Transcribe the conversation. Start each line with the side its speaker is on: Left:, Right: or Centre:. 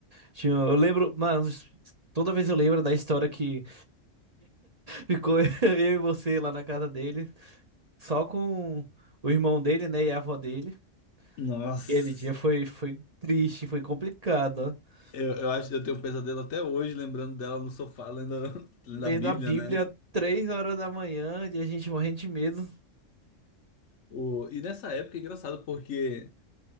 Right: Tinha, eu lembro, mano, toda vez eu lembro da história que ficou <laughs> eu e você lá na casa dele, só com o irmão dele, né, e a avó dele.
Left: Nossa.
Right: Aquele dia foi, foi triste, foi complicado. ó.
Left: Eu, eu acho que eu tenho um pesadelo até hoje, lembrando dela no sofá, lendo, a- <laughs> lendo
Right: Lendo
Left: a Bíblia,
Right: a Bíblia
Left: né?
Right: três horas da manhã e a gente morrendo de medo.
Left: O, e nessa época é engraçado, porque